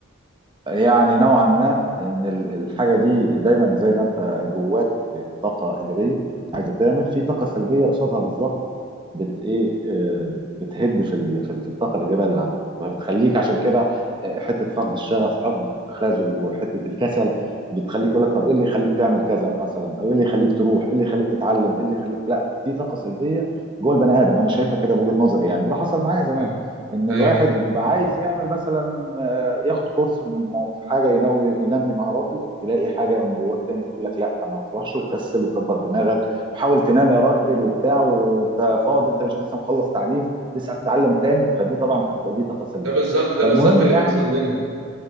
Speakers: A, on the right; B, on the right.
A: يعني نوعا ما ان ال- الحاجه دي دايما زي ما انت جواك طاقه ايجابيه عايزه تعمل في طاقه سلبيه قصادها بالظبط بت ايه آه، بت- بتهد في ال- في ال- في الطاقه الايجابيه اللي عندك فبتخليك عشان كده آه، حته فقد الشغف وحقد التخاذل وحته الكسل بتخليك يقول لك طب ايه اللي يخليك تعمل كذا مثلا او ايه اللي يخليك تروح ايه اللي يخليك تتعلم ايه اللي يخليك لا دي طاقه سلبيه جوه البني ادم انا شايفها كده بوجهه نظري يعني وده حصل معايا زمان
B: آه.
A: ان الواحد
B: ايوه
A: بيبقى عايز يعمل مثلا آه، ياخد كورس م- في حاجه ينوي ينمي مهاراته تلاقي حاجه من جواك تاني تقول لك لا ما تروحش وكسل وكبر دماغك وحاول تنام يا راجل وبتاع وانت فاضي انت مش لسه مخلص تعليم لسه هتتعلم تاني فدي طبعا دي طاقه سلبيه
B: ده بالظبط ده
A: فالمهم
B: بالظبط اللي
A: يعني
B: بيحصل لنا